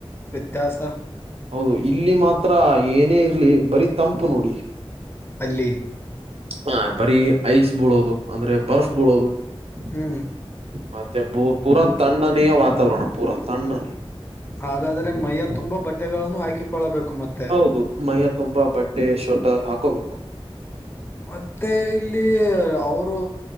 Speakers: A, on the left (about 25°); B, on the right (about 75°).
A: ವ್ಯೆತ್ಯಾಸ.
B: ಹೌದು ಇಲ್ಲಿ ಮಾತ್ರ ಏನೇ ಇರ್ಲಿ ಬರೀ ತಂಪು ನೋಡಿ.
A: ಅಲ್ಲಿ
B: ಹಾ ಬರೀ ಐಸ್ ಬೀಳೋದು ಅಂದ್ರೆ ಬರ್ಫ್ ಬೀಳೋದು.
A: ಹ್ಮ್
B: ಮತ್ತೆ ಪೂರಾ ತಣ್ಣನೆಯ ವಾತಾವರಣ ಪೂರಾ ತಣ್ಣನ್.
A: ಹಾಗಾದ್ರೆ ಮೈಯ ತುಂಬಾ ಬಟ್ಟೆಗಳನ್ನು ಹಾಕಿಕೊಳ್ಳಬೇಕು ಮತ್ತೆ
B: ಹೌದು ಮೈಯ ತುಂಬಾ ಬಟ್ಟೆ ಶೋಟರ್ ಹಾಕೋಬೇಕು.
A: ಮತ್ತೆ ಇಲ್ಲಿ ಅವರು